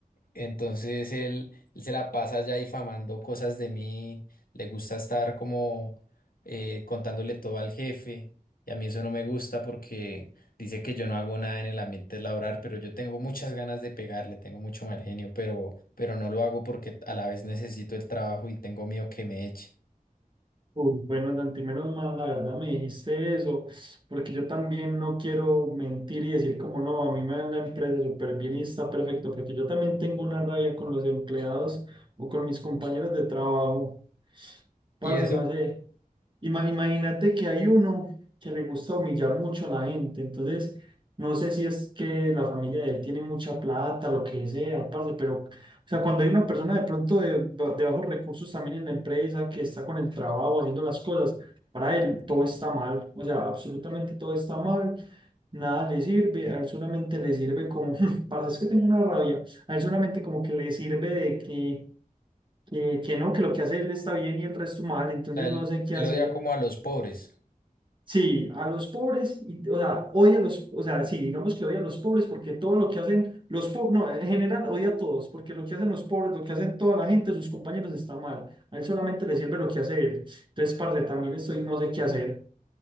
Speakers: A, on the left (about 80°); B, on the right (about 35°).
A: entonces él, él se la pasa ya difamando cosas de mí, le gusta estar como eh, contándole todo al jefe y a mí eso no me gusta porque dice que yo no hago nada en el ambiente laboral, pero yo tengo muchas ganas de pegarle, tengo mucho mal genio, pero, pero no lo hago porque a la vez necesito el trabajo y tengo miedo que me eche.
B: Uy, bueno, Santi, menos mal, la verdad me dijiste eso, porque yo también no quiero mentir y decir como no, a mí me va la empresa súper bien y está perfecto, porque yo también tengo una rabia con los empleados o con mis compañeros de trabajo. Parce,
A: Y eso,
B: no sé. Ima- imagínate que hay uno que le gusta humillar mucho a la gente, entonces no sé si es que la familia de él tiene mucha plata, lo que sea, parce, pero, o sea, cuando hay una persona de pronto de, ba- de bajos recursos también en la empresa que está con el trabajo haciendo las cosas, para él todo está mal, o sea, absolutamente todo está mal, nada le sirve, a él solamente le sirve como, <laughs> parce, es que tengo una rabia, a él solamente como que le sirve de que que, que no, que lo que hace él está bien y el resto mal, entonces
A: él,
B: no sé qué
A: él
B: hacer.
A: odia como a los pobres.
B: Sí, a los pobres, y, o sea, odia a los, o sea, sí, digamos que odia a los pobres porque todo lo que hacen los pobres, no, en general odia a todos, porque lo que hacen los pobres, lo que hacen toda la gente, sus compañeros está mal. A él solamente le sirve lo que hace él. Entonces, parce, también estoy, no sé qué hacer.